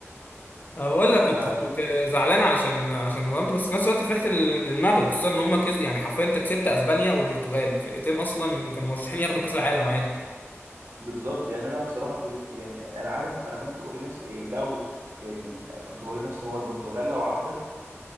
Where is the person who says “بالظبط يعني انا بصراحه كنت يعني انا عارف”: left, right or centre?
Right